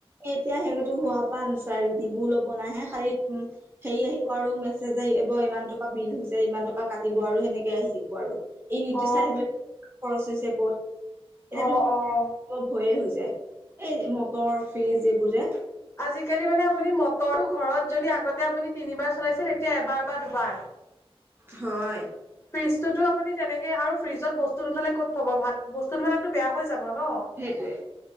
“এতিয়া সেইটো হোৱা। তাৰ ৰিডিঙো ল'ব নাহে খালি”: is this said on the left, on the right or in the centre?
Right